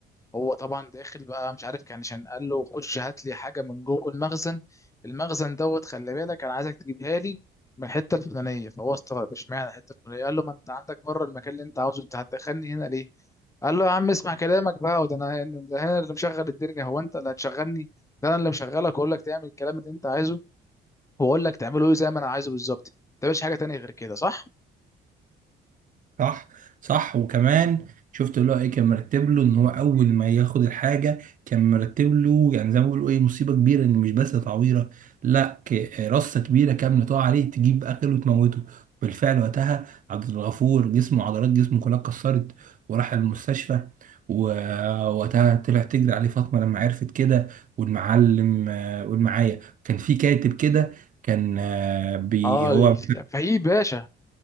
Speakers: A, on the left (about 15°); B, on the right (about 45°).
A: هو طبعا داخل بقى مش عارف كان عشان قال له خش هات لي حاجه من جوه المخزن المخزن دوت خلي بالك انا عايزك تجيبها لي من الحته الفلانيه فهو استغرب اشمعنى الحته الفلانيه قال له ما انت عندك بره المكان اللي انت عاوزه انت هتدخلني هنا ليه قال له يا عم اسمع كلامك بقى وده انا ده انا اللي مشغل الدرجه هو انت اللي هتشغلني ده انا اللي مشغلك واقول لك تعمل الكلام اللي انت عايزه واقول لك تعمله ايه زي ما انا عايزه بالظبط ما تعملش حاجه تانية غير كده صح
B: صح صح وكمان شفت اللي هو ايه كان مرتب له ان هو اول ما ياخد الحاجه كان مرتب له يعني زي ما بيقولوا ايه مصيبه كبيره ان مش بس تعويره لا ك- رصه كبيره كامله تقع عليه تجيب اكل وتموته بالفعل وقتها عبد الغفور جسمه عضلات جسمه كلها اتكسرت وراح المستشفى ووقتها طلع تجري عليه فاطمه لما عرفت كده والمعلم آه، والمعايا كان في كاتب كده كان آه، بي
A: اه
B: هو
A: ال- فهيم باشا